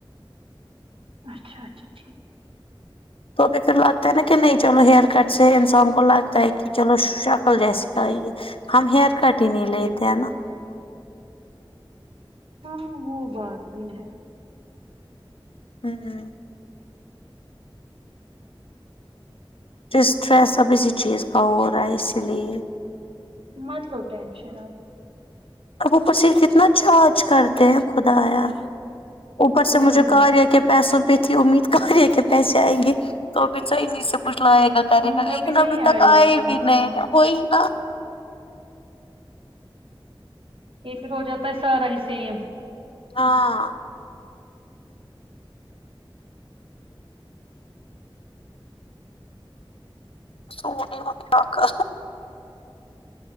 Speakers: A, on the right (about 70°); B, on the left (about 80°).
A: اچھا اچھا ٹھیک
B: تو بھی پھر لگتا ہے نا کہ نہیں چلو ہیئر کٹ سے انسان کو لگتا ہے کہ چلو شکل جیسی آئی ہے ہم ہیئر کٹ ہی نہیں لیتے ہے نا
A: ہاں وہ بات بھی ہے
B: ہوں اسٹریس اب اسی چیز کا ہو رہا ہے اسی لیے
A: مت لو ٹینشن آپ
B: اب اوپر سے اتنا چارچ کرتے ہیں خدا یا اوپر
A: ہوں
B: سے مجھے کاریا کے پیسوں پہ تھی امید کاریا کے پیسے جائیں گے تو ب س ای سے کچھ لائے گا <unintelligible> کرے
A: ہوں
B: گا لیکن
A: نہیں
B: ابھی تک
A: لیکن
B: آئے بھی
A: ہاں
B: نہیں ہے وہی نا
A: یہ پھر ہو جاتا ہے سارا ہی سیم
B: ہاں سونے ہونی آک <unintelligible>